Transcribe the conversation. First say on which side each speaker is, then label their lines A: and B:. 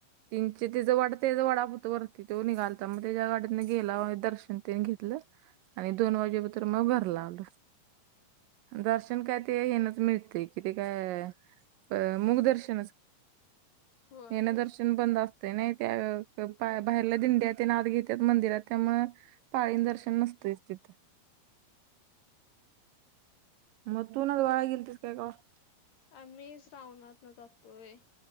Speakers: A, on the right; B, on the left.
A: तिची तिच वाडा तेच वाडापत वरती तो निघालता मग त्याच्या गडडीतने गेला दर्शन तने घेतलं <unintelligible> आणि दोन वाजे पर्यंत मग घरला आल. दर्शन काय ते येनच मिळते कि ते काय अ मुग दर्शन
B: होय.
A: मना दर्शन <unintelligible> बंद असते नाही त्या बाहेरल्या दिंड्या त्याने आत घेतात मंदिरात त्यामुळे पाळीन दर्शन नसत तिथं. मग तू न वाळ गलतीर काय का <unintelligible>
B: आम्ही श्रावणात जातोय,